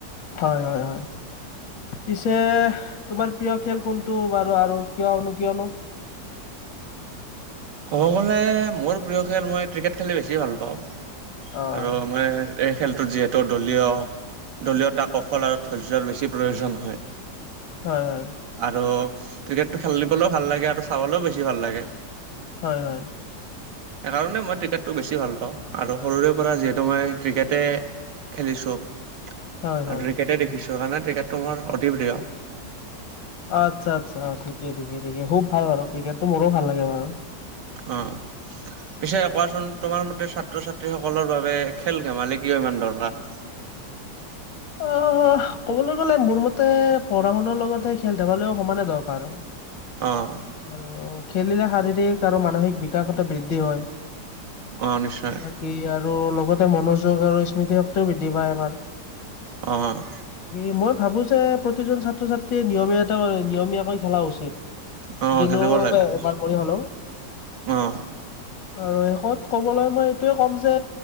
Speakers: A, on the left; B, on the right.
A: হয়, হয়, হয়। পিছে, তোমাৰ প্ৰিয় খেল কোনটো বাৰু, আৰু কিয়নো কিয়নো?
B: ক'ব গ'লে, মোৰ প্ৰিয় খেল মই ক্ৰিকেট খেলি বেছি ভাল পাওঁ,
A: অ
B: আৰু মনে এই খেলটো যিহেতু, দলীয় দলীয়তা কৌশল আৰু ধৈৰ্যৰ বেছি প্ৰয়োজন হয়।
A: হয়, হয়।
B: আৰু ক্ৰিকেটটো খেলিবলৈও ভাল লাগে, আৰু চাবলৈও বেছি ভাল লাগে।
A: হয়, হয়।
B: সেইকাৰণে মই ক্ৰিকেটটো বেছি ভাল পাওঁ, আৰু সৰুৰে পৰা যিহেতু মই, ক্ৰিকেটে খেলিছোঁ আৰু,
A: হয় হয় হয়
B: ক্ৰিকেটেই দেখিছোঁ, সেইকাৰণে ক্ৰিকেটটো মোৰ অতি প্ৰিয়।
A: আচ্ছা আচ্ছা, অ', ঠিকে ঠিকে ঠিকে, খুব ভাল বাৰু ক্ৰিকেটটো, মোৰো ভাল লাগে বাৰু।
B: অঁ'। পিছে কোৱাচোন তোমাৰ মতে ছাত্ৰ-ছাত্ৰী সকলৰ বাবে খেল ধেমালি কিয় ইমান দৰকাৰ?
A: অ', ক'বলৈ গ'লে মোৰ মতে, পঢ়া - শুনাৰ লগতে খেল - ধেমালিও সমানে দৰকাৰ।
B: অ'।
A: আৰু খেলিলে শাৰীৰিক আৰু মানসিক বিকাশতা বৃদ্ধি হয়।
B: অঁ, নিশ্চয়।
A: কি আৰু লগতে মনোযোগ, আৰু স্মৃতি শক্তিও বৃদ্ধি পায় আমাৰ।
B: অঁ'।
A: এ' মই ভাবোঁ যে প্ৰতিজন ছাত্ৰ - ছাত্ৰীয়ে নিয়মীয়া, এটা নিয়মীয়াকৈ খেলা উচিত।
B: অ',
A: দিলোঁ
B: খেলিব লাগে অ'।
A: এবাৰ কৰি হলেও
B: উম,
A: আৰু শেষত ক'বলৈ মই এইটোৱে ক'ম যে,